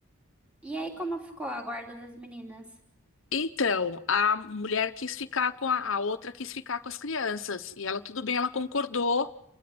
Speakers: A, in the centre; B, on the left.
A: E aí, como ficou a guarda das meninas?
B: Então, a mulher quis ficar com a, a outra quis ficar com as crianças. E ela, tudo bem, ela concordou